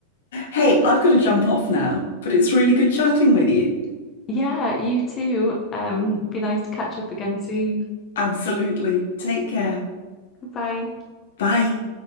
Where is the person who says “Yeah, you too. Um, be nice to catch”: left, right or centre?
Left